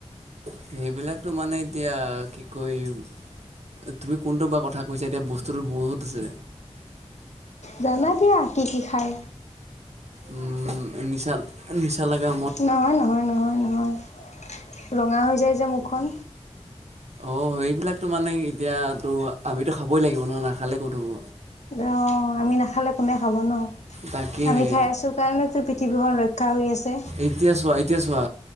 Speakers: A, on the right (about 75°); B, on the left (about 80°).
A: সেইবিলাকতো মানে এতিয়া কি কৈ- তুমি কোনটো বা কথা কৈছা? এতিয়া বস্তুটো বহুত আছে।
B: জানা দিয়া, কি কি খায়?
A: উম এ নিচাল। এ নিচা লাগা-
B: নহয় নহয় নহয় নহয়, ৰঙা হৈ যায় যে মুখখন।
A: অ' সেইবিলাকতো মানে এতিয়া তো আমিতো খাবই লাগিব ন, নাখালে ক'ত হ'ব?
B: অঁ' আমি নাখালে কোনে খাব ন?
A: তাকেহে
B: আমি খাই আছো কাৰণেতো পৃথিৱীখন ৰক্ষা হৈ আছে।
A: এতিয়া চোৱা এতিয়া চোৱা